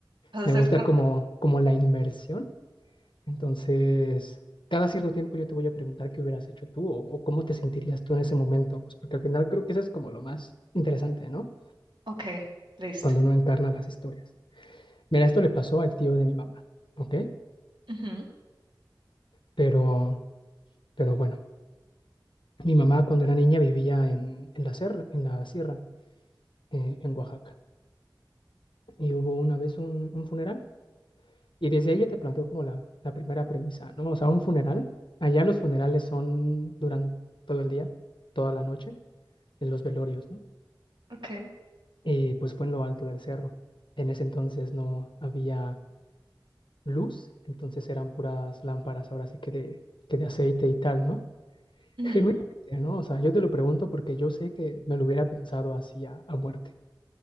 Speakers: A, on the right; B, on the left.
A: ¿Vas a
B: Me
A: hacer
B: gusta
A: trampa?
B: como, como la inmersión. Entonces, cada cierto tiempo yo te voy a preguntar qué hubieras hecho tú o, o cómo te sentirías tú en ese momento. Pues porque al final creo que eso es como lo más interesante, ¿no?
A: Ok, listo.
B: Cuando uno encarna las historias. Mira, esto le pasó al tío de mi mamá, ¿ok?
A: Ujú,
B: Pero, pero bueno, mi mamá cuando era niña vivía en, en la serra, en la sierra, eh, en Oaxaca, y hubo una vez un, un funeral, y desde ella te planteó como la, la primera premisa, ¿no? O sea, un funeral, allá los funerales son durante todo el día, toda la noche, en los velorios, ¿no?
A: Ok.
B: Y pues fue en lo alto del cerro. En ese entonces no había luz, entonces eran puras lámparas, ahora sí que de, que de aceite y tal, ¿no?
A: ujú.
B: Genuinamente, ¿no? O sea, yo te lo pregunto porque yo sé que me lo hubiera pensado así a, a muerte.